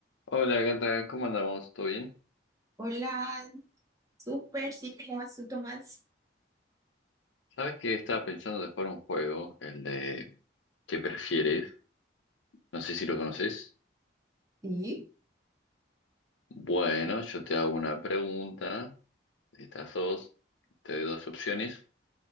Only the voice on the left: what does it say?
Hola gata, ¿cómo andamos? ¿Todo bien?
¿Sabes que estaba pensando de jugar un juego, el de ¿qué prefieres? No sé si lo conoces.
Bueno, yo te hago una pregunta, estas dos, te doy dos opciones